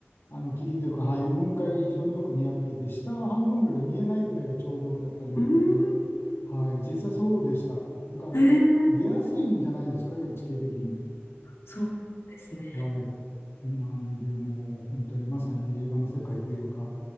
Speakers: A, on the left; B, on the left.
A: あの霧というか、はい、雲海が非常によく似合っていて、下半分ぐらいが見えないぐらいがちょうどやっぱりよくて、
B: うー
A: はい、実際そうでした。なんか出やすいんじゃないですかね、
B: ん、えー、
A: 地形的に。
B: そうなんですね。
A: はい。なんで、もう本当にまさに映画の世界というか、